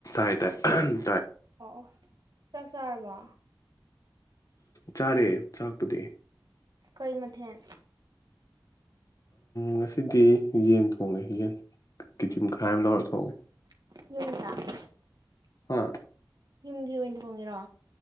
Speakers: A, on the left; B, on the right.
A: ꯇꯥꯏ ꯑꯍꯝ
B: ꯑꯣ ꯑꯣ ꯆꯥꯛ ꯆꯥꯔꯕ
A: ꯆꯥꯔꯦ ꯆꯥꯛꯄꯨꯗꯤ
B: ꯀꯩ ꯃꯊꯦꯜ
A: ꯉꯁꯤꯗꯤ ꯌꯦꯟ ꯊꯣꯡꯉꯦ ꯌꯦꯟ ꯀꯦꯖꯤ ꯃꯈꯥꯏ ꯑꯃ ꯂꯧꯔ ꯊꯣꯡꯉꯦ
B: <unintelligible>
A: ꯑꯥ
B: ꯌꯨꯝꯒꯤ ꯑꯣꯏꯅ ꯊꯣꯡꯉꯤꯔꯣ